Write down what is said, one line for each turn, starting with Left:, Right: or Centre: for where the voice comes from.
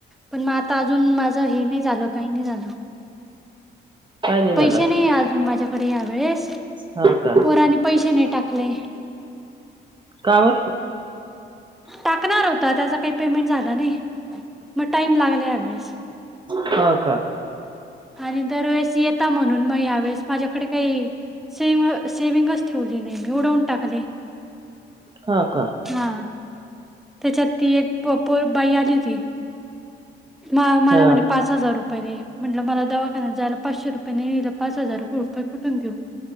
Centre: पण मग आता अजून माझ हे नाही झालं काही नाही झालं
Right: काय
Centre: पैसे
Right: झालं
Centre: नाही अजून माझ्याकडे यावेेळेस
Right: हा का
Centre: पोराने पैसे नाही टाकले
Right: कावर
Centre: टाकणार होता त्याचा काही पेमेंट झाला नाही मग टाइम लागला यावेेळेस
Right: का का
Centre: आणि दरवेळेस येता म्हणून मगळेस माझ्याकडे काही स सेंग ठेवली नाही मी उडवून टाकले
Right: हा का
Centre: हा त्याच्यात ती एक पपो बाई आली होती मला
Right: हा
Centre: म्हणे पाच हजार रुपये रे म्हटलं मला दवाखान्यात जायला पाचशे रुपयाे नला पाच हजार रुपये कुठून देऊ